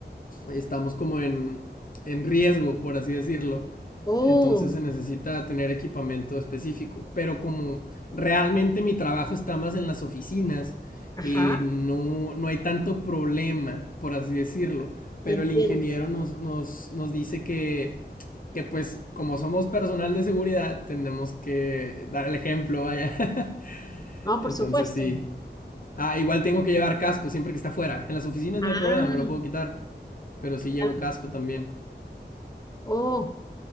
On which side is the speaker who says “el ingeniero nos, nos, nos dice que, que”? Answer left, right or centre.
Left